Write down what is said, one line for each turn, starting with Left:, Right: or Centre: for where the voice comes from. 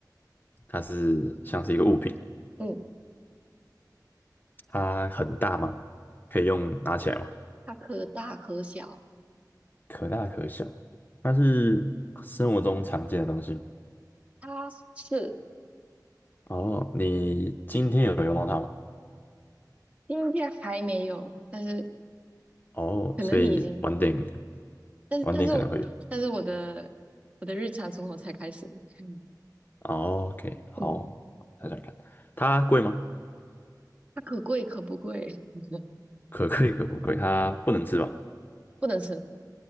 Left: 它是像是一个物品，
Right: 嗯，
Left: 它很大吗？可以用拿起来吗？
Right: 它可大可小，
Left: 可大可小，它是生活中常见的东西吗
Right: 它是
Left: 哦，你今天有用到它吗？
Right: 今天还没有，但是
Left: 哦，
Right: 可能你已经，
Left: 所以晚点
Right: 但是但是
Left: 晚点可能会有。
Right: 但是我的我的日常生活才开始。<laughs> 嗯
Left: 哦，OK，好，
Right: 嗯
Left: 想想看，它贵吗？
Right: 它可贵可不贵，<laughs>
Left: 可贵可不贵？它不能吃吧？
Right: 不能吃。